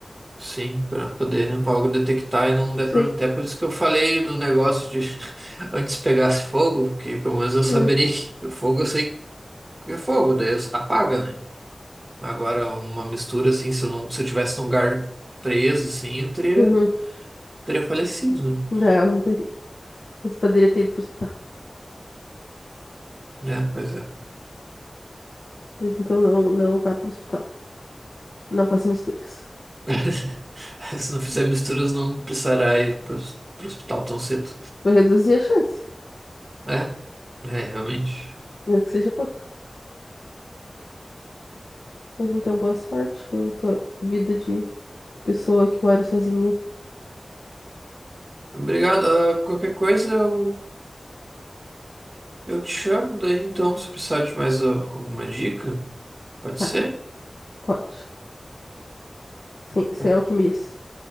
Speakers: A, on the right (about 30°); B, on the left (about 85°).
A: Sim, para poder logo detectar e não der
B: Sim.
A: problema. Até por isso que eu falei do negócio de <laughs> antes pegasse fogo, porque pelo menos eu saberia
B: Hum,
A: que o fogo eu sei que é fogo, daí eu- apaga, né? Agora, uma mistura assim, se eu não, se eu tivesse num lugar preso, assim, eu teria,
B: uhum.
A: teria falecido, né?
B: Não, não teria. Mas poderia ter ido pro hospital.
A: É, pois é.
B: Mas então não, não vá pro hospital. Não faça misturas.
A: <laughs> Se não fizer misturas, não precisará ir para o hospital tão cedo.
B: Vou reduzir a chance,
A: É, é, realmente.
B: mesmo que seja pouco. Mas então boa sorte com a tua vida de pessoa que mora sozinha.
A: Obrigado. Ah, qualquer coisa, eu Eu te chamo daí então, se precisar de mais ah, alguma dica, pode
B: Tá,
A: ser?
B: pode. Sem, sem
A: Então,
B: alquimias.